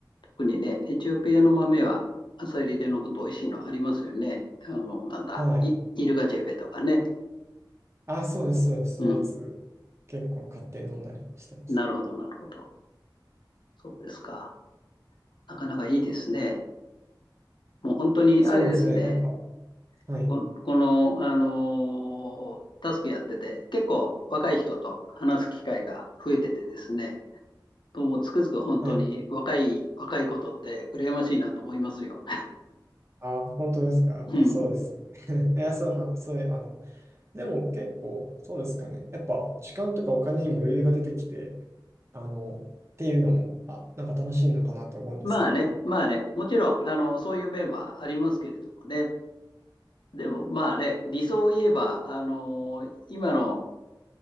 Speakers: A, on the left; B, on the right.
A: 特にね、エチオピアの豆は朝煎りで飲むと美味しいのありますよね。あの、なんだ、
B: はい。
A: イ、イルガチェフェとかね。
B: あ、そうです、そうです、そういうやつ、
A: うん。
B: 結構買って飲んだりしてます。
A: なるほど、なるほど。そうですか。なかなかいいですね。もう本当にあれですね。
B: そうですね、なんか、はい、
A: こ、この、あのータスクやってて、結構若い人と話す機会が増えててですね、ともつくづく本当に若い、
B: はい。
A: 若いことって羨ましいなと思いますよ。
B: あ、本当ですか、やっぱそうですよね。
A: うん。
B: <laughs> いや、そな、そういう、あの、でも結構、そうですかね、やっぱ、時間とかお金にも余裕が出てきて、あの、っていうのも、あ、なんか楽しいのかなと思うんですけどね。
A: まあね、まあね、もちろん、あの、そういう面はありますけれどもね。でもまあね、理想を言えば、あの今の、